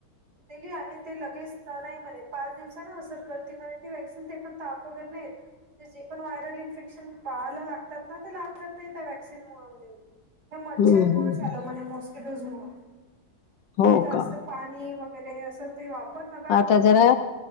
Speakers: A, on the right (about 70°); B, on the left (about 65°).
A: दिली. आणि ते लगेच नाही म्हणे, पाच दिवसानं असर करती म्हणे ती व्हॅव्क्सिन. ते पण ताप वगैरे नाहीे येत. म्हणजे. जे पण व्हायरल इन्फेक्शन, बाळाला लागतात ना. ते लागत नाही त्या व्हॅक्सिनमुळंम्हणे. हे मच्छर
B: हम्म
A: मुळे
B: हम्म
A: झालं म्हणे, मॉस्किटोजमुळं. तुम्ही
B: हो
A: जास्त
B: का
A: पाणी व गैरे.. असं. ते वापर ना.
B: आता जरा